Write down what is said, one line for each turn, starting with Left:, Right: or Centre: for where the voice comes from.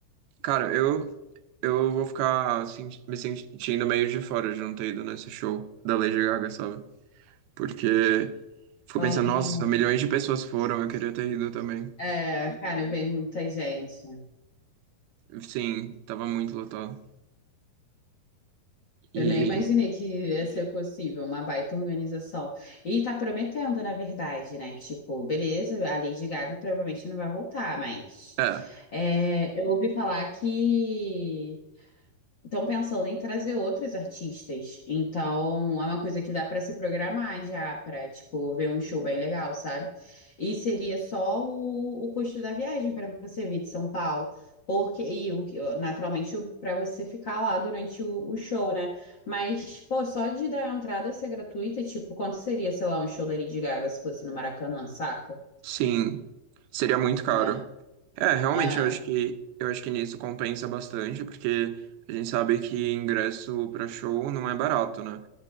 Right: Cara, eu. Eu vou ficar senti- me sentindo meio de fora de não ter ido nesse show da Lady Gaga, sabe? Porque fico
Left: Aham.
Right: pensando, nossa, milhões de pessoas foram, eu queria ter ido também.
Left: É, cara, veio muita gente.
Right: Sim, tava muito lotado. E.
Left: Eu nem imaginei que ia ser possível, uma baita organização. E tá prometendo, na verdade, né? Tipo, beleza, a Lady Gaga provavelmente não vai voltar, mas
Right: É.
Left: é, eu ouvi falar que estão pensando em trazer outros artistas. Então, é uma coisa que dá para se programar já, para, tipo, ver um show bem legal, sabe? E seria só o, o custo da viagem para você vir de São Paulo. Porque, e o, que- naturalmente, para você ficar lá durante o, o show, né? Mas, pô, só de dar a entrada ser gratuita, tipo, quanto seria, sei lá, um show da Lady Gaga se fosse no Maracanã, saca?
Right: Sim, seria muito caro.
Left: É,
Right: É, realmente,
Left: é,
Right: eu acho que eu acho que nisso compensa bastante, porque a gente sabe que ingresso para show não é barato, né?